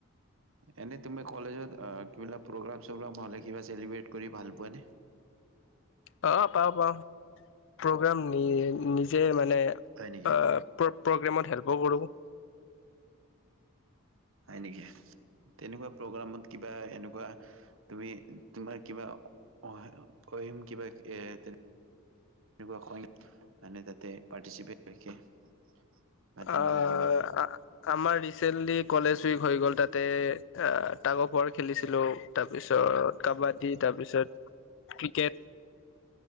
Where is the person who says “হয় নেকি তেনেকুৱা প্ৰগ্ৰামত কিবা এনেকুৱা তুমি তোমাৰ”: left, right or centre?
Right